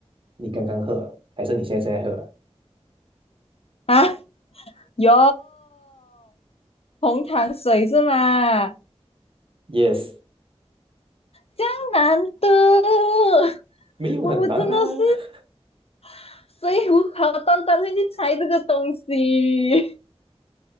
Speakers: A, on the right; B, on the left.
A: 你刚刚喝啊，还是你现在正在喝
B: 啊。哟，红糖水是吗？
A: y e s
B: 江南的，<laughs>
A: 没有很难啊。
B: 我真的是，<laughs> 所以我好端端会去猜这个东西。